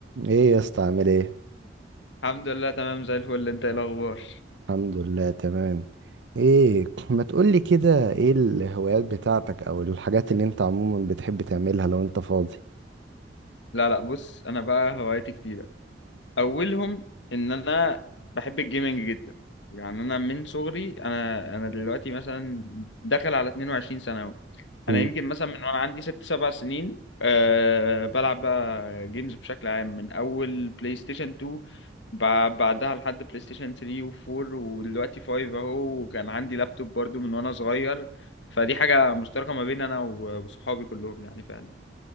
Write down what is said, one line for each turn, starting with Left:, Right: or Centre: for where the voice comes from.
Right: ايه يا اسطى عامل ايه
Left: الحمد لله تمام زي الفل انت ايه الاخبار
Right: الحمد لله تمام ايه ما تقولي كده ايه الهوايات بتاعتك او الحاجات اللي انت عموما بتحب تعملها لو انت فاضي
Left: لا لا بص انا بقى هوايتي كتير اولهم ان انا بحب الجيمنج جدا يعني انا من صغري انا انا دلوقتي مثلا داخل على 22 سنه اهو انا
Right: مم.
Left: يمكن مثلا من وانا عندي ست سبع سنين أه بلعب بقى جيمز بشكل عام من اول بلاي ستيشن 2 بع- بعدها لحد بلاي ستيشن 3 و4 ودلوقتي 5 اهو وكان عندي لابتوب برضو من وانا صغير فدي حاجه مشتركه ما بين انا و- وصحابي كلهم يعني فاهم